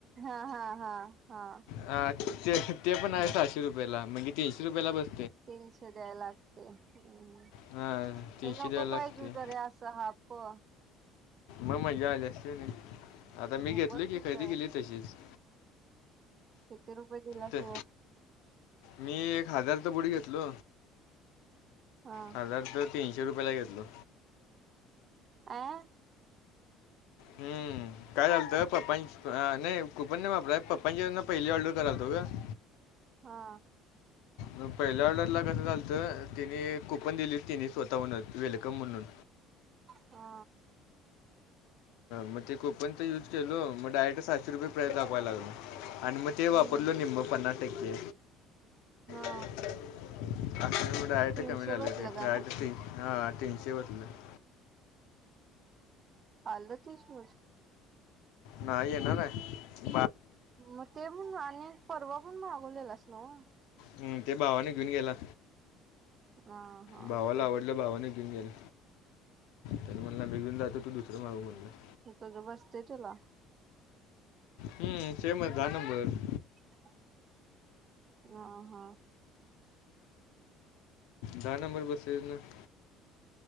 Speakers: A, on the right (about 45°); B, on the left (about 75°).
A: हा- हा- हा -हा-हा
B: हा, ते - <inaudible> ते पण आहे सहाशे रुपयाला म्हणजे तीनशे रुपयाला बस
A: तीनशे द्याय लागतय. हम्म
B: हां तीनशे
A: हे नको
B: द्यायला लागते
A: पाहिजेत हुत रे असं हाप्प...
B: मग <inaudible> मज्जा आली असती कनी
A: हो
B: आता मी घेतलो
A: बघ कित
B: की खरेदी केली तशीच
A: किती रुपये दिलास
B: तर
A: वर?
B: मी एक हजारच बूट घेतलो
A: हा
B: हजारच तीनशे तीनशे रुपयाला घेतलो
A: आं
B: हम्म काय झालतं पप्पा अ नाही कुपन नाही वापरत पप्पांच्यावरन पहिली ऑर्डर करालतो ग <inaudible>
A: हा
B: मग <inaudible> पहिल्या ऑर्डरला कसं झालतं तेनी कुपन दिलीत तेनी स्वतः म्हूणच वेलकम म्हणून
A: हा
B: मग ते कोपन तर युज केलो मग डायरेक्ट सातशे रुपये प्राईज दाखवाय लागल <inaudible> आणि <inaudible> मग ते
A: हम्म
B: वापरलो निम्म पन्नास टक्के
A: हा
B: <inaudible> अस म डायरेक्ट
A: तीनशे
B: कमी झाल
A: बसलं
B: ते
A: का
B: डायरेक्ट
A: मग
B: ते हा <inaudible> तीनशे वरल <inaudible>
A: पाल त शू <unintelligible>
B: नाही येणार हाय <inaudible>
A: मग ते पण आणि परवा पण मागवलेलास नव्ह
B: हम्म ते भावान घेऊन गेला
A: हा हा
B: भावाला
A: हा
B: आवडलं भावान घिऊन गेला त्यान म्हटंला मी घिऊन जातो तू दुसरं मागव म्हटंला <inaudible>
A: हे तूज बसतय तूला?
B: हम्म <inaudible> सेमच दहा नंबर
A: <unintelligible> हा-हा
B: दहा नंबर बसेस न <inaudible>